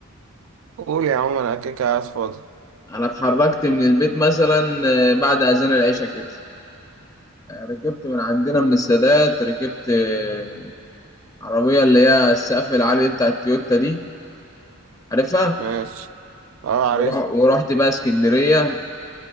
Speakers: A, on the right; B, on the left.
A: قول يا عم انا كده كده قاعد فاضي
B: انا اتحركت من البيت مثلا آه، بعد اذان العشاء كده آه، ركبت من عندنا من السادات ركبت آه، عربيه اللي هي السقف العالي دي بتاع التويوتا دي عارفها
A: ماشي اه
B: ورح
A: عارف
B: ورحت بقى اسكندريه